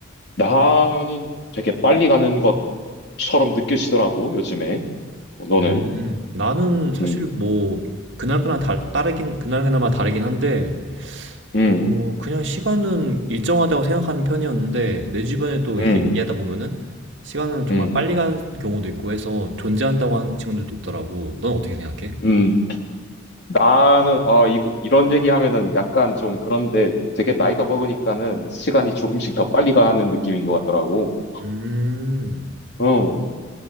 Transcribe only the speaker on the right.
음, 나는 사실
뭐 그날그날 다, 다르긴 그날그날마다 다르긴 한데
어 그냥 시간은 일정하다고 생각하는 편이었는데 내 주변에도
이렇게 얘기하다 보면은 시간은 정말
빨리 가는 경우도 있고 해서 존재한다고 하는 친구들도 있더라고. 넌 어떻게 생각해?
음,